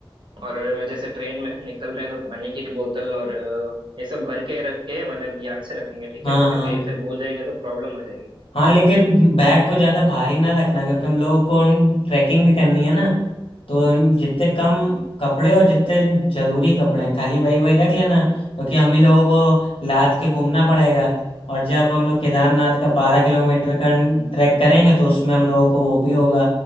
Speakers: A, on the right (about 60°); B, on the left (about 75°).
A: और जैसे ट्रेन में निकल रहे हैं तो पानी की बोतल और ये सब भर के रख के मतलब याद से रखेंगे ठीक
B: हाँ
A: है क्योंकि
B: हाँ
A: फिर भूल जाएंगे तो प्रॉब्लम हो जाएगी
B: हाँ लेकिन बैग को ज्यादा भारी ना रखना क्योंकि हम लोगों को ट्रैकिंग भी करनी है ना तो जितने कम कपड़े और जितने जरूरी कपड़े हैं, खाली वही वही रख लेना क्योंकि हम ही लोगों को लाद के घूमना पड़ेगा और जब हम लोग केदारनाथ का बारह किलोमीटर का ट्रैक करेंगे तो उसमें हम लोगों को वो भी होगा